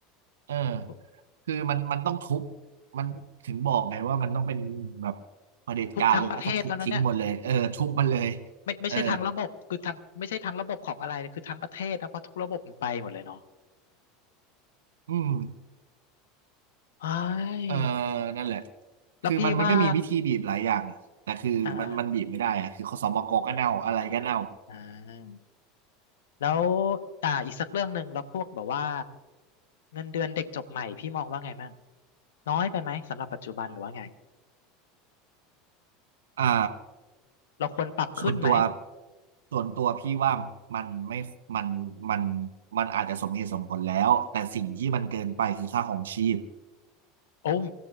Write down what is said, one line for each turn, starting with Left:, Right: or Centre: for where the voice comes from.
Right: เออ
Left: ทุก
Right: คือมันมันต้องทุบมันถึงบอกไงว่ามันต้องเป็นแบบเผด็จการแล้วก็ทุบทิ้งหมดเลยเออทุบมันเลย
Left: ทุกทั้งประเทศแล้วนะเนี่ยไม่ไม่ใช่ทางระบบคือทางไม่ใช่ทางระบบของอะไรนะคือทั้งประเทศนะเพราะทุกระบบมันไปหมดเลยเนาะ
Right: เอออืม
Left: เอ้ย
Right: เออนั่นแหละ
Left: แล้วพี่ว่า
Right: คือมันมันก็มีวิธีบีบหลายอย่างอะแต่คือมันมันบีบไม่ได้อะคือคสมกก็เน่าอะไรก็เน่า
Left: อ่าอ่าแล้วอ่าอีกสักเรื่องหนึ่งแล้วพวกแบบว่าเงินเดือนเด็กจบใหม่พี่มองว่าไงมั่งน้อยไปไหมสำหรับปัจจุบันหรือว่าไง
Right: อ่า
Left: เราควรปรับขึ้นไหม
Right: ส่วนตัวส่วนตัวพี่ว่ามันไม่มันมันมันอาจจะสมเหตุสมผลแล้วแต่สิ่งที่มันเกินไปคือค่าของชีพ
Left: โอ้ม